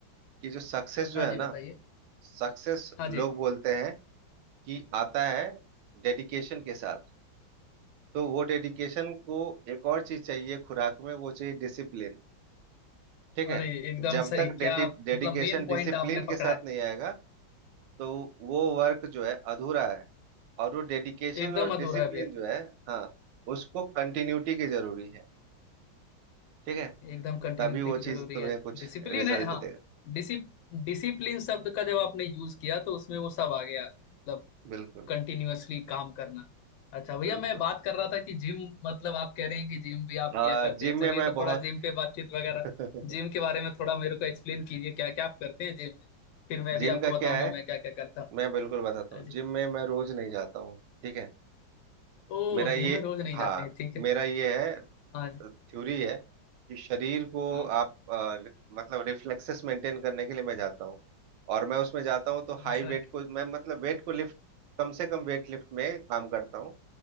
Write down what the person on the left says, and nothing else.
हाँ
जी
बताइए
हाँ जी
अरे
एकदम
सही
क्या आप
मतलब मेन पॉइंट
आपने पकड़ा
है
एकदम
अधूरा है भैया
एकदम कंटिन्यूटी
की जरूरी
है
डिसिप्लिन
है हाँ
डिसिप डिसिप्लिन शब्द का जब आपने यूज किया तो उसमें वो सब आ गया मतलब
कंटिन्यूअसली काम करना अच्छा भैया
मैं बात कर रहा था कि जिम मतलब आप कह रहे हैं कि जिम भी आप
किया करते
हैं चलिए
तो
थोड़ा जिम पे बातचीत वगैरह
जिम के बारे में थोड़ा मेरे को एक्सप्लेन कीजिए क्या क्या आप करते हैं जिम में फिर मैं भी
आपको
बताऊंगा
मैं क्या क्या करता हूँ
हाँ
जी
ओ
जिम में रोज नहीं
जाते हैं ठीक है
हाँ जी
हाँ
ओ,
ऐसा
है क्या